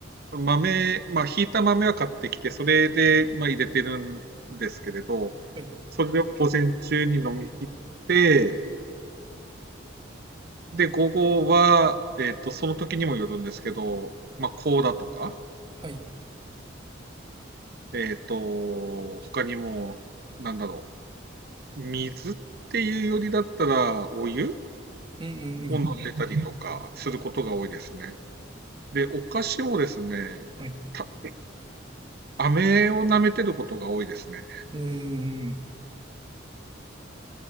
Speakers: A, on the right (about 55°); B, on the right (about 25°).
A: 豆、まあ、ひいた豆は買ってきて、それで、まあ、入れてるんですけれど、
B: はい、
A: それを午前中に飲み切って、で、午後は、えーっと、その時にもよるんですけど、まあ、コーラとか、
B: はい、
A: えーっと、他にも、なんだろう、水っていうよりだったら、お湯
B: うん、うん、
A: を飲んでたりとかすることが多いですね。
B: うん、
A: で、お菓子をですね、
B: はい、う
A: た飴を舐めてることが多いですね。
B: ん、うん